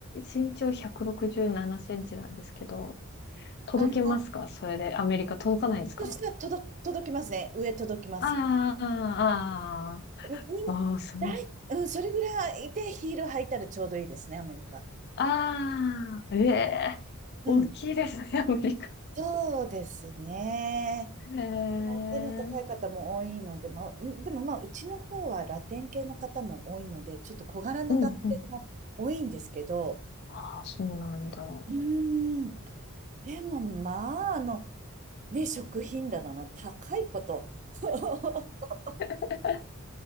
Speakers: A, on the left; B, on the right.
A: 身長167センチなんですけど、届きますかそれで、
B: あの、
A: アメリカ届かないんですか
B: そしたら届、届きますね。上届きます。
A: ああ、あ
B: うん、
A: あ、ああ、すごい。
B: だい、うん、それぐらいでヒール履いたらちょうどいいですね、アメリカ。
A: ああ、ええ大きいですね、
B: うん。
A: アメリカ。
B: そうですね。
A: へえ、
B: 背の高い方も多いので、
A: うん
B: まあ、うんでもまあ、うちの方はラテン系の方も多いので、ちょっと小柄な男性も多いんですけど、
A: うん。ああ、そうなんだ。
B: うーん。でもまあ、あの、ね、食品棚の高いこと。<laughs>
A: <laughs>